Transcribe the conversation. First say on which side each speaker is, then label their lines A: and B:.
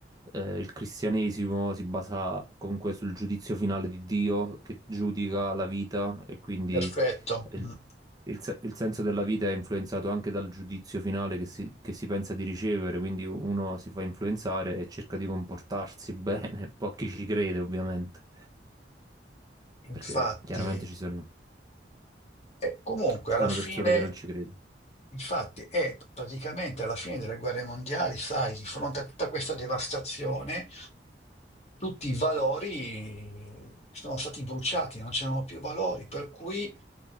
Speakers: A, on the right (about 20°); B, on the left (about 35°).
A: eh, il cristianesimo si basa comunque sul giudizio finale di Dio che giudica la vita e quindi
B: Perfetto.
A: il,
B: Mm.
A: il se- il senso della vita è influenzato anche dal giudizio finale che si, che si pensa di ricevere, quindi uno si fa influenzare e cerca di comportarsi bene, <laughs> pochi ci crede ovviamente,
B: Infatti,
A: perché chiaramente ci sono,
B: e comunque
A: ci
B: alla
A: sono
B: fine,
A: persone che non ci credono.
B: infatti, è praticamente alla fine delle guerre mondiali, sai, di fronte a tutta questa devastazione, tutti i valori sono stati bruciati, non c'erano più valori, per cui